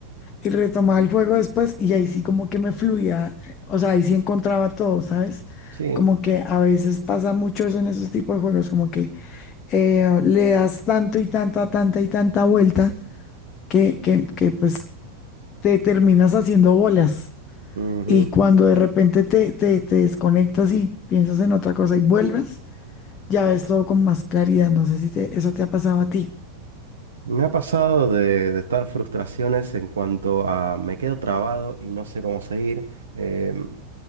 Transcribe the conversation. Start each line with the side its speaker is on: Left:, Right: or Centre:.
Left: y retomaba el juego después y ahí sí como que me fluía, o sea, ahí sí encontraba todo, ¿sabes?
Right: Sí.
Left: Como que a veces pasa mucho eso en esos tipos de juegos, como que eh, le das tanto y tanta, tanta y tanta vuelta que, que, que pues te terminas haciendo bolas.
Right: ujú.
Left: Y cuando de repente te, te, te desconectas y piensas en otra cosa y vuelves, ya ves todo con más claridad. No sé si te- eso te ha pasado a ti.
Right: Me ha pasado de, de estar frustraciones en cuanto a me quedo trabado y no sé cómo seguir. Em,